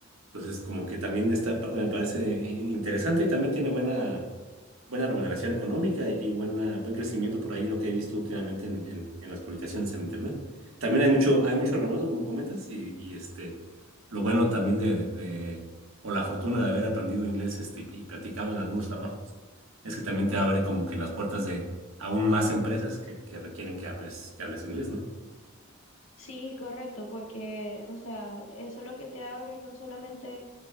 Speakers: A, on the right; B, on the left.
A: Entonces, como que también esta parte me parece in- interesante y también tiene buena, buena remuneración económica y buena, buen crecimiento por ahí, lo que he visto últimamente en, en- en las publicaciones en Internet. También hay mucho, hay mucho remoto, como comentas, y, y, este, lo bueno también de, de- de- o la fortuna de haber aprendido inglés este, y y practicado en algunos trabajos, es que también te abre como que las puertas de aún más empresas que, que requieren que hables, que hables inglés, ¿no?
B: Sí, correcto, porque, o sea, eso es lo que te abre no solamente